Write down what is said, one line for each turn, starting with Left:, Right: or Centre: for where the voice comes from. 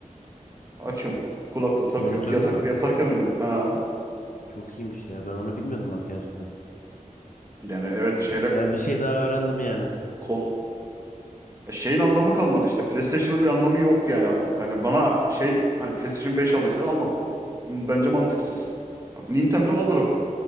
Right: Açıyorum kulakta takıyorum.
Left: Monitörünü
Right: Yatakta
Left: mü?
Right: yatarken oynuyorum. Ha.
Left: Çok iyiymiş ya. Ben onu bilmiyordum bak gerçekten.
Right: Yani evet şeyle
Left: Yani bir şey daha öğrendim yani.
Right: kol şeyin anlamı kalmadı işte. PlayStation'ın bir anlamı yok yani artık. Hani bana şey hani PlayStation 5 aldıysa almam. Bence mantıksız. Bak Nintendo alırım.